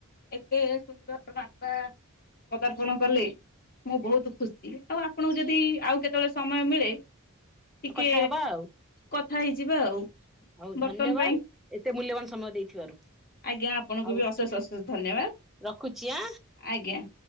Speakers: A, on the left (about 45°); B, in the centre.
A: ଏତେ ସୁନ୍ଦର ବାପା ପଦାର୍ପଣ କଲେ। ମୁଁ ବହୁତ ଖୁସି ଆଉ ଆପଣଙ୍କୁ ଯଦି ଆଉ କେତେବେଳେ ସମୟ ମିଳେ ଟିକେ
B: କଥା ହବା ଆଉ
A: କଥା ହେଇଯିବା ଆଉ।
B: ହଉ
A: ବର୍ତ୍ତମାନ
B: ଧନ୍ୟବାଦ
A: ପାଇଁ
B: ଏତେ ମୂଲ୍ୟବାନ ସମୟ ଦେଇଥିବାରୁ।
A: ଆଜ୍ଞା ଆପଣଙ୍କୁ
B: ଆଉ
A: ବି ଅଶେଷ ଅଶେଷ ଧନ୍ୟବାଦ
B: ରଖୁଛି ଆଁ।
A: ଆଜ୍ଞା।